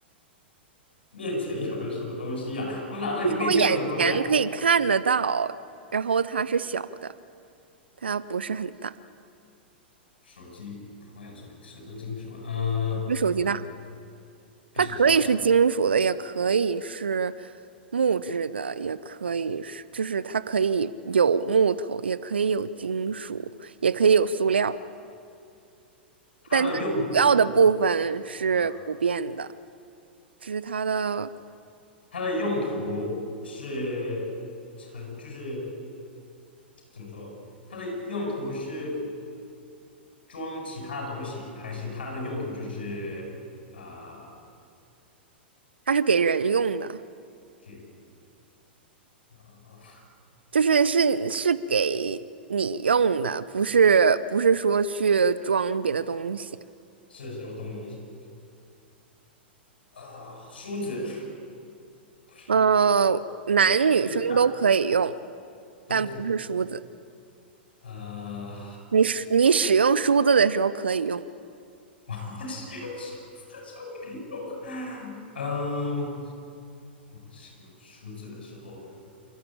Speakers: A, on the left; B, on the right.
A: 面前有什么东西呀、我哪知道你面前有什么东西啊？
B: 就是我眼前可以看得到，然后它是小的，它不是很大，
A: 手机不会啊，手手机都金属啊，嗯、
B: 比手机大。
A: 我比手机大。
B: 它可以是金属的，也可以是木质的，也可以是，就是它可以有木头，也可以有金属，也可以有塑料，
A: 它的用，
B: 但它主要的部分是不变的，
A: 嗯啊、
B: 这是它的。
A: 它的用途是成，就是怎么说？它的用途是装其他的东西，还是它的用途就是啊、
B: 它是给人用的，
A: 给啊、
B: 就是是是给你用的，不是不是说去装别的东西。
A: 是是，我懂你意思啊、梳子不是
B: 呃，男女生都可以用，
A: 梳子啊，都可以。
B: 但不是梳子。
A: 呃，
B: 你使你使用梳子的时候可以用，
A: <laughs> 我是用梳子就可以用。嗯，使用梳子的时候，